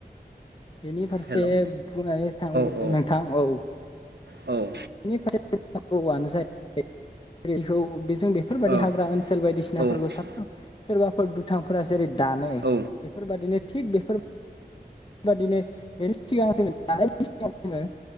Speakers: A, on the left; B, on the right.
A: बेनि फारसे
B: हेल' औ
A: बुंनानै थांङोबो
B: औ
A: नोंथां औ।
B: औ।
A: <unintelligible> गोबावानो जायो बेखौ जों बेफोरबायदि
B: औ
A: हाग्रा ओनसोल बायदिसिनाफोरखौ
B: औ
A: साफ्रोम सोरबाफोर दुथांफोरा जेरै दानो
B: औ
A: बेफोरबायादिनो थिग बेफोर बादिनो बेनि सिगां जोङो दानायनि सिगां जोङो